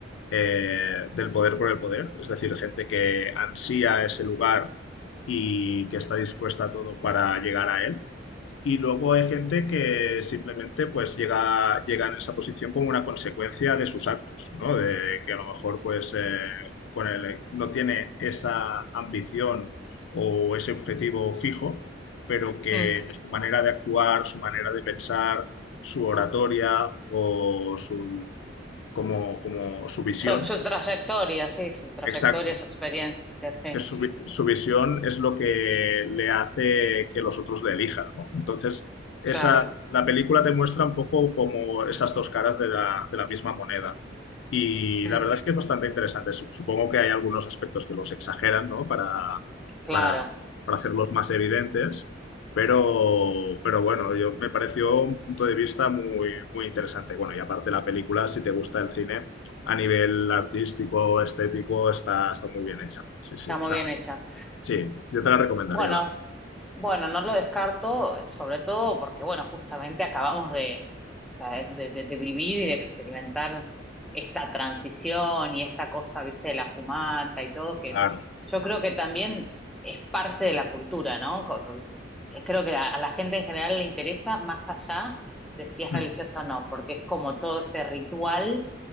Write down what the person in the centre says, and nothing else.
Mm.
Su, su trayectoria, sí, su trayectoria,
su experiencia, sí,
claro,
Mm,
claro,
está muy
bien hecha.
Bueno,
bueno, no lo descarto, sobre todo porque, bueno, justamente acabamos de, o sea, de, de- de vivir y de experimentar esta transición y esta cosa, viste, de la fumata y todo, que
yo creo que también es parte de la cultura, ¿no? Co- eh, Creo que a, a la gente en general le interesa más allá de si es
religiosa o no, porque es como todo ese ritual,